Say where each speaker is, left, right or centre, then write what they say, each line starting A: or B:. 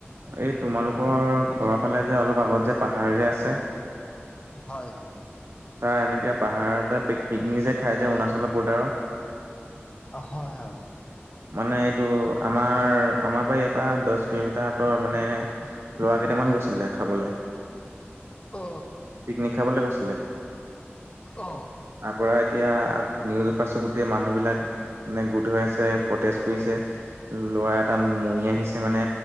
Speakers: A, on the right; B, on the left.
A: এই তোমালোকৰ ঘৰৰ ফালে যে অলপ আগত যে পাহাৰ যে আছে
B: হয় হয়
A: তাৰ এনেকে পাহাৰ যে পিকনিক যে খাই যে অৰুণাচলৰ বৰ্ডাৰত
B: হয় হয়
A: মানে এইটো আমাৰ আমাৰ পৰা ইয়াৰ পৰা দহ কিলোমিটাৰ টৰ মানে ল'ৰা কেইটামান গৈছিলে খাবলে
B: অ
A: পিকনিক খাবলে গৈছিলে
B: অ
A: তাৰ পৰা এতিয়া নিউজ পাইছো গোটেই মানুহবিলাক মানে গোট হৈ আছে প্ৰটেজ কৰিছে ল'ৰা এটা মৰি আহিছে মানে